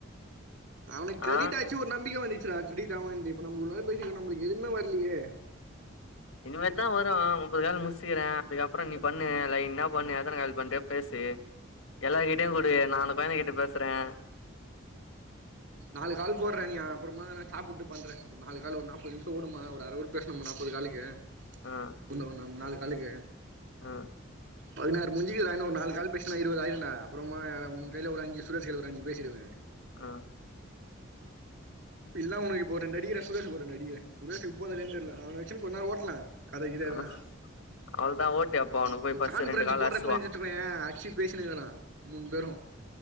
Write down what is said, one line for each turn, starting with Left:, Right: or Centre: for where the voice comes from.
Right: அவனுக்கு கிரெடிட்
Left: ஆ
Right: ஆச்சு ஒரு நம்பிக்கை வந்து ச்சுடா கிரிடிட் அவனுன்னுட்டு இப்ப நம்மளுக்குள்ளரா பேசிச்சு இருக்றோ நம்மளுக்கு எதுவுமே வரலையே
Left: இனிமேதா வரு முப்பது கால் முசுக்கிறே அதுக்கப்புற நீ பண்ணு லைன்னா பண்ணு ஏத்தனை கால பண்ணிட்டு பேசு டு எல்லார கிட்டயு
Right: வா
Left: கூடு நா அந்த பயனுக கிட்ட பேசுறேன்
Right: நாலு கால் போடுறே நீ அப்புறமா நா சாப்பிட்டு பண்றே ஒரு நாலு கால் ஒரு நாப்பது நிமிஷம் ஓடுமா ஒரு அரை ஹவர் பேசணமா நாற்பது காலுக்கு
Left: ஆ
Right: ஒண்ண ஒன்னு நாலு கலுக்கு
Left: ம்
Right: பதினாறு முடிஞ்சு குது தா இன்னு ஒரு நாலு கால் பேசனா இருபது ஆயிறுடா அப்புறமா உ கைலே ஒரு அஞ்சு சுரேஷ் கைலே ஒரு அஞ்சு பேசிடுவே
Left: ஆ
Right: இப்ப இல்லா உனக்கு இப்ப ரெண்டடிகற சுரேஷ்க்கு ஒரு ரெண்டாடிகிற சுரேஷ்க்குப் போதா இல்லான்னு தெரில அவ வச்சு கொஞ்ச நேர ஓட்டலா கத கித எதனா
Left: ம் அவ்ளதா ஓட்டு அப்போ அவனுக்கு போய்
Right: இப்ப
Left: ஃபர்ஸ்ட்
Right: கான்பரன்ஸ்
Left: ரெண்டு கால்
Right: போடுற
Left: அடிச்சுவா
Right: மாரி இருந்திவெச்சுக்கோயே அடிச்சி பேசினுயிருக்கலா மூணு பேரு